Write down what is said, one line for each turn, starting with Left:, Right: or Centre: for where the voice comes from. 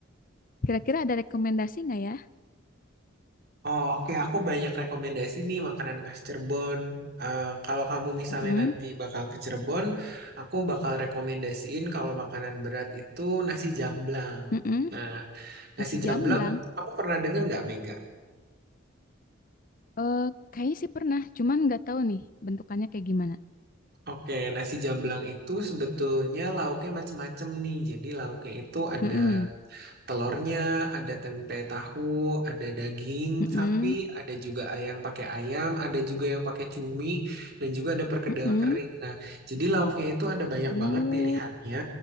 Left: Kira-kira ada rekomendasi nggak ya?
Right: Oh oke, Aku banyak rekomendasi nih makanan khas Cirebon. Eh, kalau kamu misalnya
Left: Mm-mm,
Right: nanti bakal ke Cirebon, aku bakal rekomendasiin kalau makanan berat itu nasi jamblang.
Left: mm-mm.
Right: Nah, nasi
Left: Nasi
Right: jamblang
Left: jamblang.
Right: kamu pernah dengar nggak Mega?
Left: Eh, kayaknya sih pernah, cuman nggak tahu nih bentukannya kayak gimana.
Right: Oke, nasi jamblang itu sebetulnya lauknya macem-macem nih. Jadi lauknya itu ada
Left: Mm-mm,
Right: telurnya, ada tempe tahu, ada daging
Left: mm-mm,
Right: sapi, ada juga yang pakai ayam, ada juga yang pakai cumi, dan juga ada perkedel
Left: mm-mm.
Right: kering. Nah, jadi lauknya itu ada banyak
Left: Oh,
Right: banget pilihannya.